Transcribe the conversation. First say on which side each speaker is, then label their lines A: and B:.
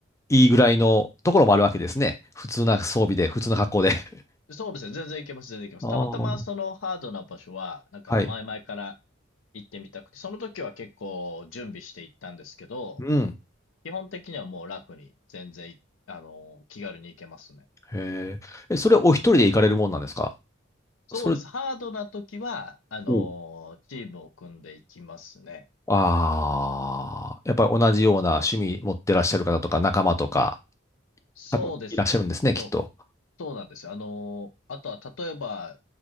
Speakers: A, on the left (about 15°); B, on the left (about 85°).
A: いいぐらいのところもあるわけですね。普通な装備で、普通な格好で。
B: そうですね、全然いけます、全然いけます。
A: ああ。
B: たまたまそのハードな場所は、なんか前々から
A: はい。
B: 行ってみたくて、その時は結構準備して行ったんですけど、
A: うん。
B: 基本的にはもうラフに全然い、あの、気軽に行けますね。
A: へえ。え、それお一人で行かれるもんなんですか
B: そうです。
A: それ、
B: ハードな時は、あのーチームを組んでいきますね。
A: おああ、やっぱり同じような趣味持ってらっしゃる方とか仲間とか、
B: そうですね。
A: 多分いらっしゃるんですね、きっと。
B: そう、そうなんですよ。あのーあとは、例えば、